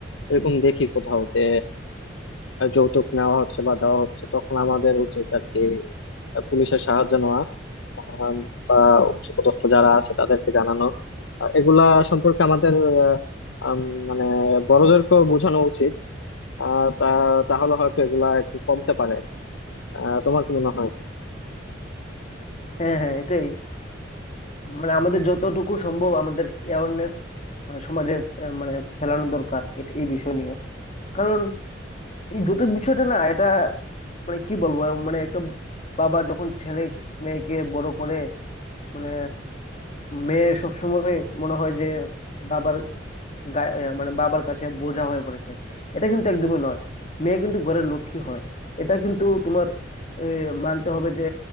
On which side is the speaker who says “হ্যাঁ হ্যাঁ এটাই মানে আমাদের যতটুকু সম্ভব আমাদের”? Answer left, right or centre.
Left